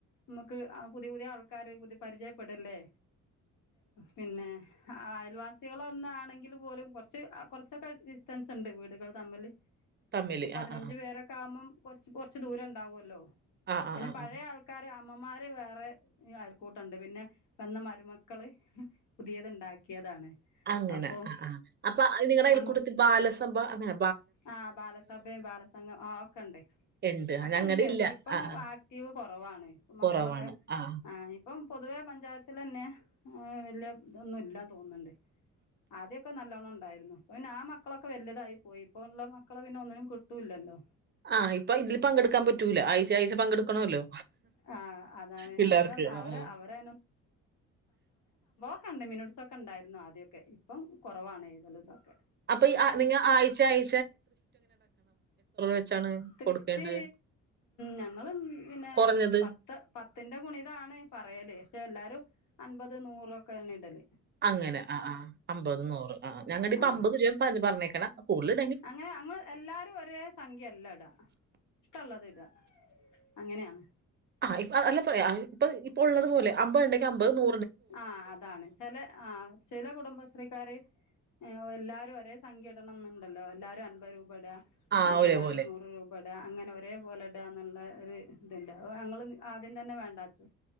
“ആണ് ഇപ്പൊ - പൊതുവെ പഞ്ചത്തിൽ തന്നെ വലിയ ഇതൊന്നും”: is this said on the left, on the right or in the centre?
Left